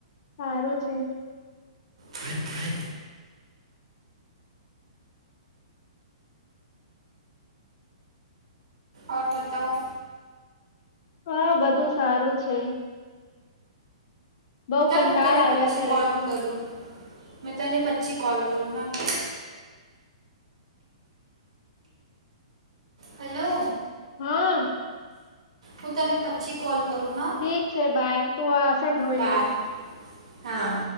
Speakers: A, on the left (about 50°); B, on the right (about 80°).
A: સારું છે
B: ર્રક ફ્રજ આવ બતાઓ.
A: હા બધું સારું છે. બઉ કંટાળ
B: હું તને
A: આવ્યા
B: પછી
A: કરે
B: કોલ
A: છે.
B: કરું મેં તને પછી કોલ કરું હા કે હેલો
A: હા
B: હું તને પછી કોલ કરું હા
A: ઠીક છે બાય તું આસણ ધોઈ
B: બાય
A: લે.
B: હા